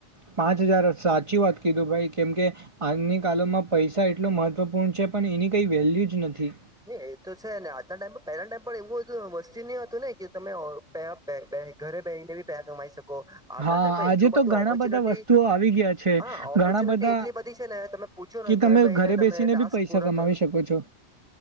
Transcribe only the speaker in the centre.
એ તો છે, ને આજના ટાઈમ પર પહેલા ટાઈમ પર એવું વસ્તી નહી હતું ને કે તમે પ ઘરે બેહીને બી પેહા કમાઈ શકો આજના
ટાઈમ પર
એટલું બધું
ઓપોર્ચ્યુનિટી,
હા ઓપોર્ચ્યુનિટી
એટલી બધી છે ને તમે પૂછો
ને
ઘર બેહીને
તમે
ટાસ્ક
પૂરા
કર